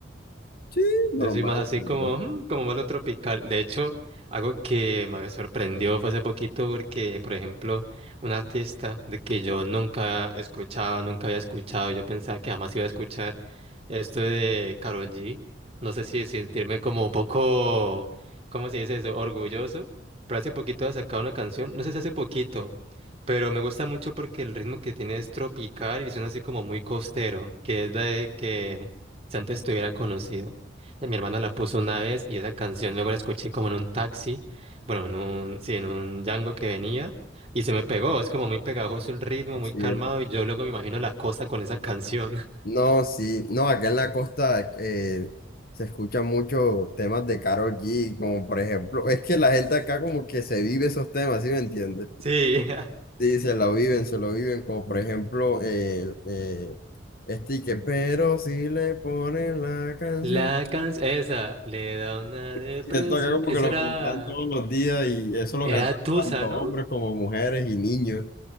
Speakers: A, on the left; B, on the right.
A: Sí, normal,
B: Yo soy más así
A: la
B: como,
A: verdad.
B: "Mm, como malo tropical. De hecho, algo que me sorprendió fue hace poquito porque, por ejemplo, un artista de que yo nunca escuchaba, nunca había escuchado, yo pensaba que jamás iba a escuchar esto de Karol G. No sé si sentirme como un poco, ¿cómo se dice eso? Orgulloso. Pero hace poquito ha sacado una canción, no sé si hace poquito, pero me gusta mucho porque el ritmo que tiene es tropical y suena así como muy costero, que es de que si antes estuviera conocido. Mi hermana la puso una vez y esa canción luego la escuché como en un taxi, bueno, en un, sí, en un Django que venía y se me pegó. Es como muy pegajoso el ritmo,
A: Así
B: muy calmado
A: es.
B: y yo luego me imagino la costa con esa canción. <laughs>
A: No, sí, no, acá en la costa eh, se escuchan muchos temas de Karol G, como por ejemplo, <laughs> es que la gente acá como que se vive esos temas, ¿sí me entiendes?
B: Sí, <laughs>
A: Sí, se lo viven, se lo viven, como por ejemplo, el eh, este que, pero si le ponen la canción.
B: la canción, esa, le da una depresión.
A: Sí, Esto acá como
B: Eso
A: que lo
B: era,
A: cantan todos los días y eso lo
B: era
A: cantan
B: Tusa,
A: tanto
B: ¿no?
A: hombres como mujeres y niños.